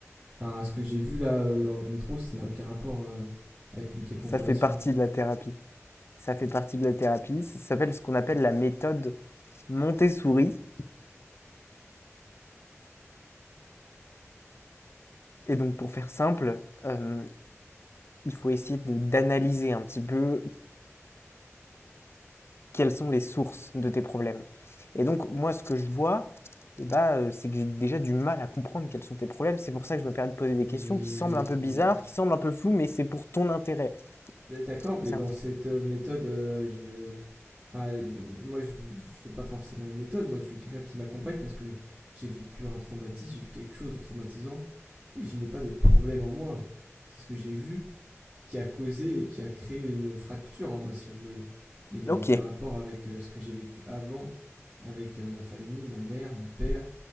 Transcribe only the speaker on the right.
enfin, ce que j'ai vu là euh, dans le métro, ça n'a aucun rapport euh, avec une quelconque
relation.
Mais
D'accord, mais
dans
cette euh, méthode, euh, je. Enfin, euh, moi, je veux, je veux pas forcément une méthode. Moi, je veux quelqu'un qui m'accompagne parce que j'ai vécu un traumatisme, j'ai vu quelque chose de traumatisant et je n'ai pas de problème en moi. C'est ce que j'ai vu qui a causé et qui a créé une fracture en moi, si vous voulez. Mais il n'y
a aucun rapport avec euh, ce que j'ai vécu avant, avec euh, ma famille, ma mère, mon père,